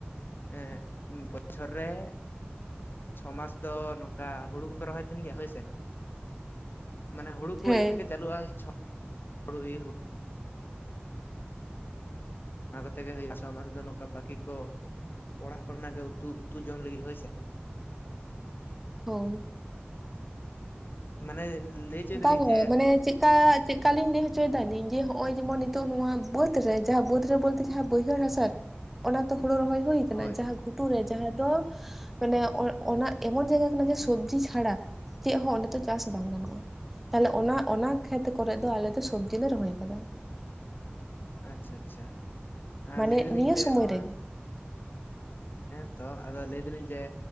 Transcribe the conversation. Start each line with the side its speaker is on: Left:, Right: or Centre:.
Left: ᱮ ᱵᱚᱪᱷᱚᱨ ᱨᱮ ᱪᱷᱚ ᱢᱟᱥ ᱫᱚ ᱱᱚᱝᱠᱟ ᱦᱳᱲᱳ ᱠᱚᱯᱮ ᱨᱚᱦᱚᱭ ᱛᱟᱦᱮᱱ ᱜᱮᱭᱟ ᱦᱳᱭ ᱥᱮᱮ ᱢᱟᱱᱮ ᱦᱳᱲᱳ ᱠᱚ
Centre: ᱦᱮᱸ
Left: ᱤᱭᱟᱹ ᱛᱮᱜᱮ ᱪᱟᱹᱞᱩᱜᱼᱟ ᱪᱷ ᱦᱳᱲᱳ ᱤᱨ ᱦᱳ ᱚᱱᱟ ᱠᱟᱛᱮ ᱜᱮ ᱦᱩᱭᱩᱜᱼᱟ ᱪᱷᱚ ᱢᱟᱥ ᱫᱚ ᱱᱚᱝᱠᱟ ᱵᱟᱠᱤ ᱠᱚ ᱚᱲᱟᱜ ᱠᱚᱨᱮᱱᱟᱜ ᱜᱮ ᱩᱛᱩ-ᱩᱛᱩ ᱡᱚᱢ ᱞᱟᱹᱜᱤᱫ ᱦᱳᱭ ᱥᱮ
Centre: ᱦᱚᱭ
Left: ᱢᱟᱱᱮ ᱞᱟᱹᱭ ᱦᱚᱪᱚᱭ
Centre: ᱵᱟᱝᱜᱮ
Left: ᱫᱟᱞᱤᱧ ᱡᱮ
Centre: ᱢᱟᱱᱮ ᱪᱮᱫᱠᱟ ᱪᱮᱫᱠᱟᱞᱤᱧ ᱞᱟᱹᱭ ᱦᱚᱪᱚᱭᱮᱫᱟᱞᱤᱧ ᱡᱮ ᱦᱚᱜᱼᱚᱭ ᱡᱮᱢᱚᱱ ᱱᱤᱛᱚᱜ ᱱᱚᱣᱟ ᱵᱟᱹᱫᱽ ᱨᱮ ᱡᱟᱦᱟᱸ ᱵᱟᱹᱫᱽ ᱨᱮ ᱵᱳᱞᱛᱮ ᱡᱟᱦᱟᱸ ᱵᱟᱹᱭᱦᱟᱹᱲ ᱦᱟᱥᱟᱨᱮ ᱚᱱᱟ ᱛᱚ ᱦᱳᱲᱳ ᱨᱚᱦᱚᱭ ᱦᱩᱭ ᱠᱟᱱᱟ
Left: ᱦᱳᱭ
Centre: ᱡᱟᱦᱟ ᱜᱷᱩᱴᱩᱨᱮ ᱡᱟᱦᱟᱸ ᱫᱚ ᱢᱟᱱᱮ ᱚᱱᱟ ᱮᱢᱚᱱ ᱡᱟᱭᱜᱟ ᱠᱟᱱᱟ ᱡᱮ ᱥᱚᱵᱡᱤ ᱪᱷᱟᱲᱟ ᱪᱮᱫ ᱦᱚᱸ ᱚᱸᱰᱮ ᱫᱚ ᱪᱟᱥ ᱵᱟᱝ ᱜᱟᱱᱚᱜᱼᱟ᱾ ᱛᱟᱦᱚᱞᱮ ᱚᱱᱟ-ᱚᱱᱟ ᱠᱷᱮᱛ ᱠᱚᱨᱮᱫ ᱫᱚ ᱟᱞᱮ ᱫᱚ ᱥᱚᱵᱡᱤ ᱞᱮ ᱨᱚᱦᱚᱭ ᱠᱟᱫᱟ
Left: ᱟᱪᱷᱟ- ᱟᱪᱷᱟ ᱟᱨ
Centre: ᱢᱟᱱᱮ
Left: ᱞᱟᱹᱭ ᱫᱟᱹᱞᱤᱧ
Centre: ᱱᱤᱭᱟᱹ
Left: ᱡᱮ
Centre: ᱥᱚᱢᱚᱭ
Left: ᱱᱚᱣᱟ
Centre: ᱨᱮᱜᱮ
Left: ᱦᱮᱸᱛᱚ ᱟᱫᱚ ᱞᱟᱹᱭ ᱫᱟᱹᱞᱤᱧ ᱡᱮ